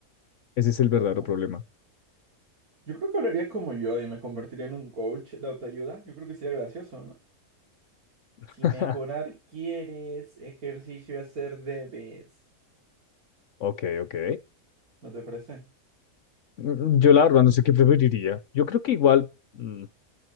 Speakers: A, on the left; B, on the right.
A: Ese es el verdadero
B: Oh.
A: problema.
B: Yo creo que hablaría como yo y me convertiría en un coach de autoayuda. Yo creo que sería gracioso, ¿no?
A: <laughs>
B: Si mejorar quieres, ejercicio hacer debes.
A: Ok, ok.
B: ¿No te parece?
A: Mm, Yo la verdad no sé qué preferiría. Yo creo que igual... mm,